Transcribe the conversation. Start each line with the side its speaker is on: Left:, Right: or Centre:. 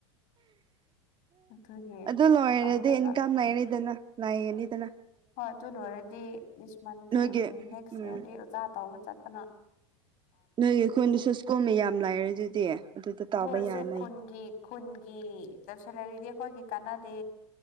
Left: ꯑꯗꯨꯒꯤ
Right: ꯑꯗꯨ ꯂꯣꯏꯔꯗꯤ
Left: ꯇꯜꯂꯦꯕ
Right: ꯏꯟꯀꯥꯝ ꯂꯩꯔꯤꯗꯅ ꯂꯅꯥꯒꯅꯤꯗꯅ
Left: ꯍꯣꯏ ꯑꯗꯨ ꯂꯣꯏꯔꯗꯤ ꯗꯤꯁ ꯃꯟꯗꯦ
Right: ꯅꯣꯏꯒꯤ
Left: ꯎꯝ ꯅꯦꯛꯁ
Right: ꯎꯝ
Left: ꯌꯌꯥꯔꯗꯤ ꯑꯣꯖꯥ ꯇꯧꯕ ꯆꯠꯄꯅꯣ
Right: ꯅꯣꯏ ꯑꯩꯈꯣꯏꯅ ꯁꯁꯀꯣꯟꯝꯅ ꯌꯥꯝ ꯂꯥꯏꯔꯦ ꯑꯗꯨꯗꯤ ꯑꯗꯨꯗ
Left: ꯑꯗꯨ
Right: ꯇꯥꯕ
Left: ꯑꯣꯏꯔꯁꯨ
Right: ꯌꯥꯅ
Left: ꯈꯨꯟꯒꯤ ꯈꯨꯟꯒꯤ ꯆꯧꯁꯤꯜꯂꯔꯤꯗꯤ ꯑꯩꯈꯣꯏꯒꯤ ꯀꯥꯟꯅꯗꯦ